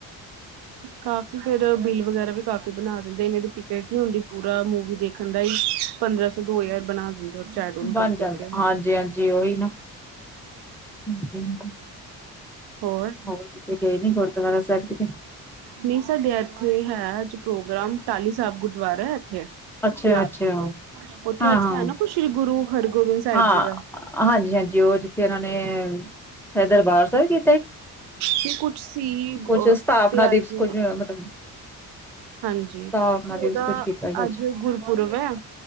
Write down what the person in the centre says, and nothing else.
ਬਣ
ਜਾਂਦਾ ਹਾਂਜੀ ਹਾਂਜੀ ਉਹੀ ਨਾ <unintelligible>
ਹੋਰ, ਕਿੱਤੇ ਗਏ ਨਹੀਂ ਗੁਰਦੁਆਰਾ ਸਾਹਿਬ ਕਿਤੇ?
ਅੱਛਾ
ਅੱਛਾ
ਹਾਂ
ਹਾਂ
ਹਾਂ
ਹਾਂਜੀ -ਹਾਂਜੀ ਉਹ ਜਿੱਥੇ ਉਹਨਾਂ ਨੇ ਸ਼ਾਇਦ ਦਰਬਾਰ ਸਾਹਿਬਤੇ
ਕੁਛ ਸਥਾਪਨਾ
ਦਿਵਸ
ਕੁੱਝ ਮਤਲਬ
ਸਥਾਪਨਾ
ਦਿਵਸ ਕੁੱਝ ਕੀਤਾ ਸੀ